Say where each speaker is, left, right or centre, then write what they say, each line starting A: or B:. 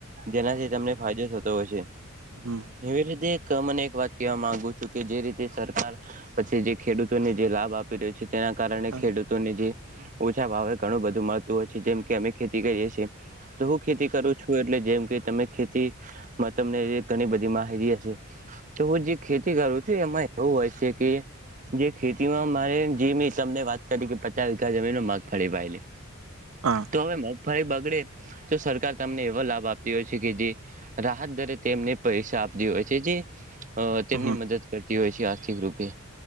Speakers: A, on the right (about 35°); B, on the right (about 70°).
A: જેનાથી ફાયદો થતો હોય છે.
B: હમ્મ.
A: એવી રીતે એક મને એક વાત કહેવા માંગુ છું, કે જે રીતે સરકાર પછી જે ખેડૂતોને જે લાભ આપી રહ્યો છે, તેના કારણે
B: હા
A: ખેડૂતોને જે ઓછા ભાવે ઘણું બધું મહત્વ હોય છે. જેમ કે અમે ખેતી કરીએ છીએ. તો હું ખેતી કરું છું એટ એટલે જેમ કે તમે ખેતીમાં તમને જે ઘણી બધી માહિતી હશે તો હું જે ખેતી કરું છું, એમાં એવું હોય સે કે જે ખેતીમાં મારે જે મેં તમને વાત કરી, કે પચાસ વીઘા જમીનમાં મગફળી વાયેલી.
B: હા
A: તો હવે મગફળી બગડે તો સરકાર તમને એવો લાભ આપતી હોય છે, કે જે રાહત દરે તેમને પૈસા આપતી હોય છે. જે અહ તેમની
B: હા
A: મદદ કરતી હોય છે આર્થિક રૂપે.